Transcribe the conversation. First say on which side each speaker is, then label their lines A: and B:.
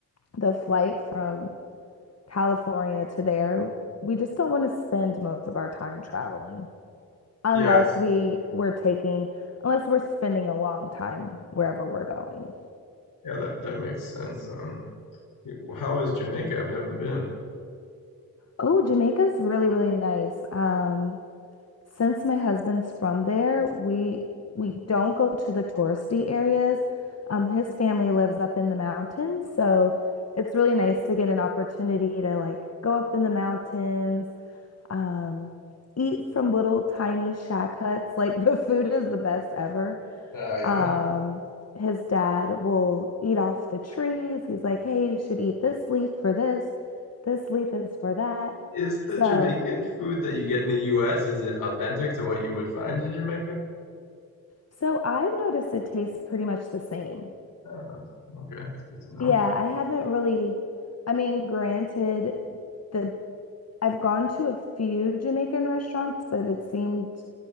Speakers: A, on the left; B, on the left.
A: the flight from California to there, we just don't want to spend most of our time traveling. unless
B: Yeah, it's
A: we were taking, unless we're spending a long time wherever we're going.
B: yeah that that makes sense. Um, yeah, well, how is Jamaica? I've never been.
A: Oh, Jamaica's really, really nice. Um, since my husband's from there, we we don't go to the touristy areas. Um, his family lives up in the mountains, so it's really nice to get an opportunity to like go up in the mountains, um, eat from little tiny shack huts. Like <laughs> the food is the best ever.
B: Ah, yeah.
A: Um, his dad will eat off the trees. He's like, "Hey, you should eat this leaf for this. This leaf is for that."
B: Is the
A: So
B: Jamaican food that you get in the US, is it authentic to what you would find in Jamaica?
A: So I've noticed it tastes pretty much the same.
B: Oh, that's, okay, that's good to know.
A: Yeah, I haven't really, I mean, granted, the I've gone to a few Jamaican restaurants, but it seemed